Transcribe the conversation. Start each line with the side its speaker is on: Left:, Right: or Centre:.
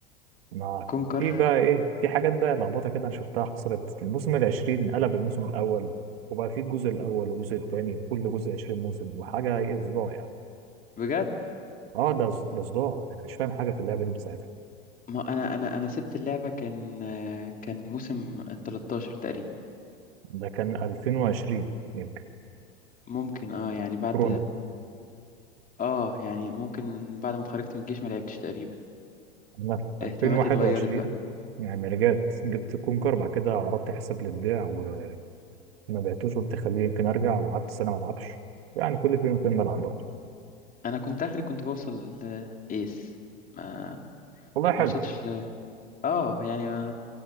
Right: ما
Left: كونكر
Right: في بقى ايه في حاجات بقى لخبطه كده انا شفتها حصلت في الموسم ال 20 قلب الموسم الاول وبقى في الجزء الاول والجزء الثاني وكل جزء 20 موسم وحاجه ايه صداع يعني
Left: بجد
Right: اه ده ص- ده صداع ده انا مش فاهم حاجه في اللعبه دي بساعتها
Left: ما انا انا انا سبت اللعبه كان كان موسم ال 13 تقريبا
Right: ده كان 2020 يمكن
Left: ممكن اه يعني بعد
Right: كورونا
Left: اه يعني ممكن بعد ما اتخرجت من الجيش ما لعبتش تقريبا
Right: انا في
Left: اهتماماتي
Right: 2021
Left: اتغيرت بقى
Right: يعني رجعت جبت كونكر بعد كده عرضت حساب للبيع وما بعتوش قلت خليه يمكن ارجع وقعدت سنه ما العبش يعني كل فين وفين بلعب برضه
Left: انا كنت اخري كنت بوصل لايس ما
Right: والله حلو
Left: ما وصلتش ل اه يعني ما...